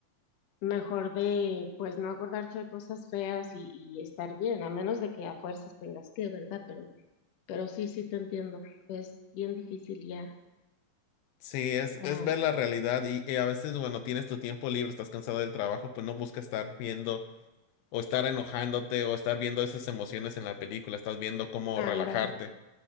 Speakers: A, on the left; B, on the left.
A: Mejor de, pues, no acordarse de cosas feas y, y estar bien, a menos de que a fuerzas tengas que, ¿verdad? Pero, pero sí, sí te entiendo. Es bien difícil ya.
B: Sí, es, es
A: Am,
B: ver la realidad y, y a veces, bueno, tienes tu tiempo libre, estás cansado del trabajo, pues no buscas estar viendo o estar enojándote o estar viendo esas emociones en la película, estás viendo cómo
A: ándale,
B: relajarte.